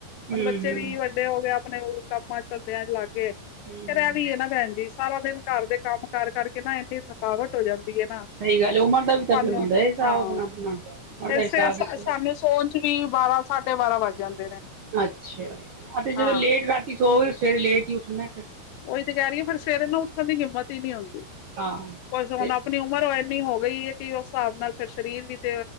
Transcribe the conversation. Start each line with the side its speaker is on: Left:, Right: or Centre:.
Right: ਹਮ
Left: <unintelligible> ਬੱਚੇ ਵੀ ਵੱਡ <unintelligible>
Right: ਹਮ
Left: ਫੇਰ ਐ ਵੀ ਐ ਨਾ ਭੈਣ ਜੀ। ਸਾਰਾ ਦਿਨ ਘਰ ਦੇ ਕੰਮ-ਕਾਰ ਕਰਕੇ ਨਾ ਏਨੀ ਥਕਾਵਟ ਹੋ ਜਾਂਦੀ ਐ ਨਾ
Right: ਸਹੀ ਗੱਲ ਉਮਰ ਦਾ ਵੀ ਤਾਂ
Left: ਸਾਨੂੰ,
Right: ਫਿਰ ਹੁੰਦਾ ਹਿਸਾਬ
Left: ਹਾਂ।
Right: ਆਪਣਾ ਆਪਣਾ ਉਮਰ
Left: ਤੇ
Right: ਦਾ ਹਿਸਾਬ ਵੀ
Left: ਸਾਨੂੰ ਸੋਨ ਚ ਵੀ ਬਾਰਾਂ-ਸਾਢੇ ਬਾਰਾਂ ਵੱਜ ਜਾਂਦੇ ਨੇ।
Right: ਅੱਛਾ, ਤੇ ਜਦੋਂ
Left: ਹਾਂ
Right: ਲੇਟ ਰਾਤੀ ਸੋਵੇ ਸਵੇਰੇ ਲੇਟ ਈ ਉੱਠਨੇ ਫੇਰ,
Left: ਓਈ ਤੇ ਕੈ ਰੀ ਆ, ਫਿਰ ਸਵੇਰ ਨਾ ਉੱਠਣ ਦੀ ਹਿੰਮਤ ਈ ਨੀ ਹੁੰਦੀ
Right: ਹਾਂ
Left: ਬਸ
Right: ਤੇ
Left: ਹੁਣ ਆਪਣੀ ਉਮਰ ਹੋਏ ਨੀ ਹੋ ਗਈ ਐ, ਕੇ ਉਸ ਹਿਸਾਬ ਨਾਲ ਫਿਰ ਸ਼ਰੀਰ ਵੀ ਤੇ